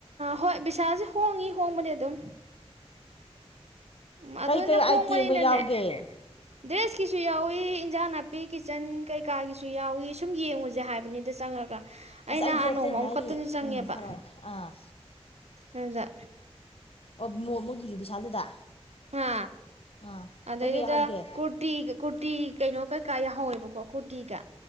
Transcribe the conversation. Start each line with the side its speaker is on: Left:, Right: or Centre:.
Right: ꯍꯣꯏ ꯕꯤꯁꯥꯜꯁꯤ ꯍꯣꯡꯉꯤ ꯍꯣꯡꯕꯗꯤ ꯑꯗꯨꯝ ꯎ ꯑꯗꯨꯅ
Left: ꯀꯩ ꯀꯩ
Right: ꯍꯣꯡꯕꯅꯤꯅꯅꯦ
Left: ꯑꯥꯏꯇꯦꯝꯒ ꯌꯥꯎꯒꯦ
Right: ꯗ꯭ꯔꯦꯁꯀꯤꯁꯨ ꯌꯥꯎꯋꯤ ꯐꯤ ꯏꯟꯖꯥꯡ ꯅꯥꯄꯤ ꯀꯤꯠꯆꯟ ꯀꯩꯀꯥꯒꯤꯁꯨ ꯌꯥꯎꯏ ꯁꯨꯝ ꯌꯦꯡꯉꯨꯁꯦ ꯍꯥꯏꯕꯅꯤꯗ ꯆꯪꯉꯒ ꯑꯩ
Left: ꯑꯁ
Right: ꯅꯍꯥꯟ
Left: ꯑꯩꯗꯤ ꯑꯇꯩꯅ
Right: ꯅꯣꯡꯃ ꯑꯃꯨꯛ
Left: ꯍꯥꯏꯗꯤ
Right: ꯈꯛꯇꯅ ꯆꯪꯉꯦꯕ
Left: ꯎꯝ ꯍꯥꯏꯔꯛꯑꯣ ꯑꯥ
Right: ꯑꯗꯨꯗ
Left: ꯑꯣ ꯃꯣꯏꯒꯤ ꯕꯤꯚꯤꯁꯥꯜꯗꯨꯗ
Right: ꯑ
Left: ꯑꯥ
Right: ꯑꯗꯩꯗꯨꯗ
Left: ꯀꯩꯀꯩ ꯌꯥꯎꯍꯧꯒꯦ
Right: ꯀꯨꯔꯇꯤ ꯀꯨꯔꯇꯤ ꯀꯩꯅꯣ ꯀꯩꯀꯥ ꯌꯥꯎꯍꯧꯋꯦꯕꯀꯣ ꯀꯨꯔꯇꯤꯒ